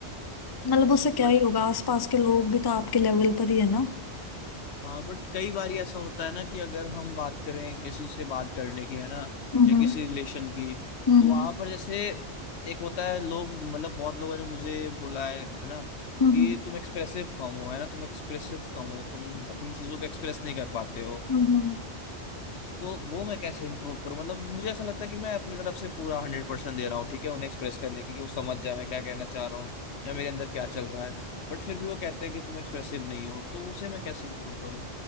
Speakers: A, on the left; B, on the left.
A: मतलब उससे क्या
B: बट
A: ही होगा आसपास के लोग भी तो आपके लेवल पर ही है ना
B: हाँ बट कई बार ऐसा होता है ना कि अगर हम बात करें किसी से बात करने की है ना
A: हम्म
B: या किसी रिलेशन की
A: हम्म
B: तो वहां पर जैसे एक होता है लोग मतलब बहुत लोगों ने मुझे बोला है है ना
A: हम्म
B: कि तुम एक्सप्रेसिव कम हो है ना तुम एक्सप्रेसिव कम हो तुम अपनी चीजों को एक्सप्रेस नहीं कर पाते हो
A: हम्म
B: तो वो मैं कैसे इंप्रूव करूँ मतलब मुझे ऐसा लगता है कि मैं अपनी तरफ से पूरा हंड्रेड परसेंट दे रहा हूँ ठीक है उन्हें एक्सप्रेस करने की कि वो समझ जाए मैं क्या कहना चाह रहा हूँ या मेरे अंदर क्या चल रहा है बट फिर भी वो कहते हैं कि तुम एक्सप्रेसिव नहीं हो तो उसे मैं कैसे इंप्रूव करूँ